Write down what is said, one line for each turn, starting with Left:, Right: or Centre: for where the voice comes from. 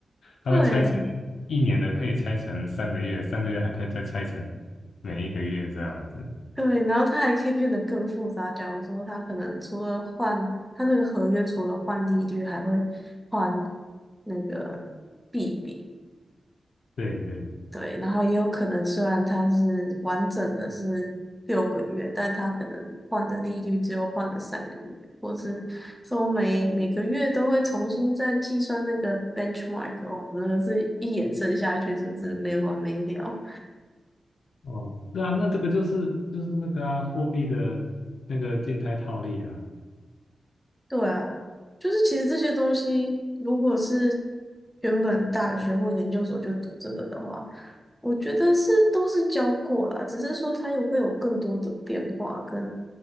Left: 它会拆成
Centre: 对
Left: 一年的可以拆成三个月，三个月还可以再拆成每一个月这样子。
Centre: 对，然后它还可以变得更复杂。假如说它可能除了换它那个合约，除了换利率，还会换那个币别。
Left: 对对，
Centre: 对，然后也有可能，虽然它是完整的是六个月，但它可能换的利率只有换了三个月，或是说每每个月都会重新再计算那个 benchmark 哦，那个是一延伸下去，真是没完没了。
Left: 哦，对啊，那这个就是就是那个啊，货币的那个静态套利啊。
Centre: 对啊，就是其实这些东西，如果是原本大学或研究所就读这个的话，我觉得是都是教过啦，只是说它有会有更多的变化跟